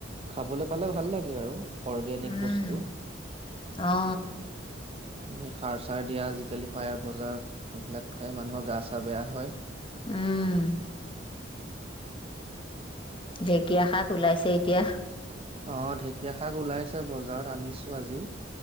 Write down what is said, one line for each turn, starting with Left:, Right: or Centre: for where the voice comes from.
Right: খাবলৈ পালে ভাল লাগে আৰু অৰ্গেনিক
Left: উম
Right: বস্তু
Left: অ
Right: এনেই সাৰ চাৰ দিয়া আজিকালি পায়াৰ বজাৰত সেইবিলাক খাই মানুহৰ গা চা বেয়া হয়
Left: উম ঢেঁকীয়া শাক ওলাইছে এতিয়া
Right: অ ঢেকীয়া শাক ওলাইছে ছে বজাৰ আনিছো আজি